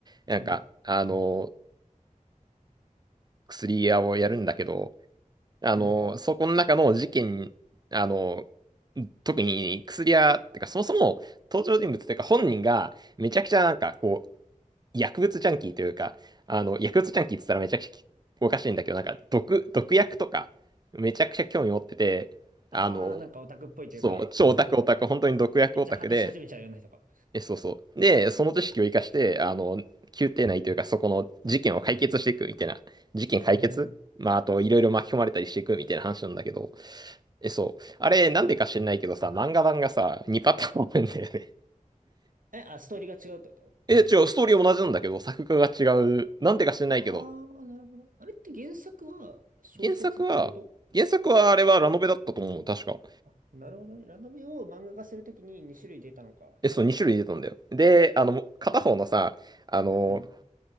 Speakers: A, on the right; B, on the right.
A: なんか、
B: うん。
A: あのー、薬屋をやるんだけど、あの、
B: うん。
A: そこの中の事件、あの、特に薬屋、てかそもそも登場人物っていうか本人がめちゃくちゃなんかこう、薬物ジャンキーというか、あの、薬物ジャンキーって言ったらめちゃくちゃおかしいんだけど、なんか毒、毒薬とかめちゃくちゃ興味持ってて、
B: あー、
A: あの、
B: なんかオタクっぽいというか、
A: そう、超オタクオタク、
B: そういうなんかその、
A: 本当に毒薬オタクで、
B: めっちゃ話し始めちゃうような人か。
A: え、そうそう。で、その知識を生かして、あの、宮廷内というか、そこの事件を解決していくみたいな。事件解決まあ、
B: うん。
A: あと、いろいろ巻き込まれたりしていくみたいな話なんだけど。え、そう。あれ、なんでか知んないけどさ、漫画版がさ、2パターンあるんだよね。
B: え、あ、ストーリーが違うってこと
A: <laughs> え、違う、ストーリー同じなんだけど、作画が違う。なんでか知んないけど、
B: ああ、なるほど。あれって原作は小説ってこと
A: 原作は、原作はあれはラノベだったと思う、確か。
B: あ、なるほどね。ラノベを漫画化するときに2種類出たのか。
A: え、そう、2種類出たんだよ。で、あの、片方のさ、あの、
B: うん、